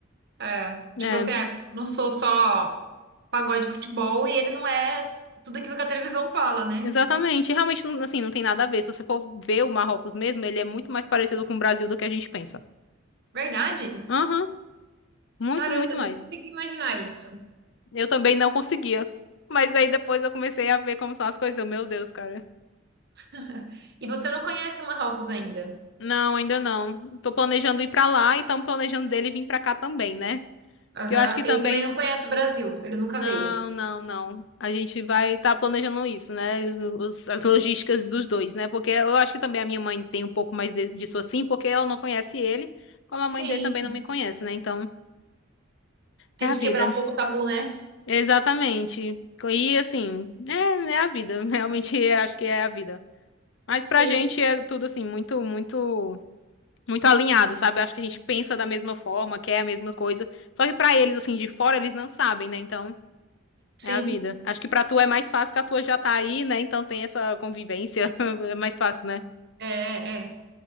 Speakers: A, on the right; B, on the left.
A: É. Tipo
B: É,
A: assim, é, não sou só pagode de futebol e ele não é tudo aquilo que a televisão fala, né?
B: Exatamente. E Realmente, não- assim, não tem nada a ver. Se você for ver o Marrocos mesmo, ele é muito mais parecido com o Brasil do que a gente pensa.
A: Verdade?
B: Aham, muito,
A: Caramba,
B: muito mais.
A: nem consegui imaginar isso.
B: Eu também não conseguia. Mas aí depois eu comecei a ver como são as coisas. Eu, meu Deus, cara.
A: <laughs> E você não conhece o Marrocos ainda.
B: Não, ainda não. Tô planejando ir pra lá e tão planejando dele vir pra cá também, né?
A: Aham.
B: Porque eu acho que também
A: Ele também não conhece o Brasil, ele nunca
B: Não,
A: veio.
B: não, não. A gente vai estar planejando isso, né? Os- as logísticas dos dois, né? Porque eu acho que também a minha mãe tem um pouco mais de- disso assim, porque ela não conhece ele, como a
A: Sim,
B: mãe dele também não me conhece, né? Então,
A: Tem
B: é
A: que
B: a vida.
A: quebrar um pouco o tabu, né?
B: Exatamente. E assim, é, é a vida. <laughs> Realmente é- acho que é a vida. Mas
A: sim.
B: pra gente é tudo assim, muito, muito, muito alinhado, sabe? Acho que a gente pensa da mesma forma, quer a mesma coisa. Só que pra eles, assim, de fora, eles não sabem, né? Então.
A: Sim.
B: É a vida. Acho que pra tu é mais fácil que a tua já tá aí, né? Então tem essa convivência. <laughs> É mais fácil, né?
A: É, é. é.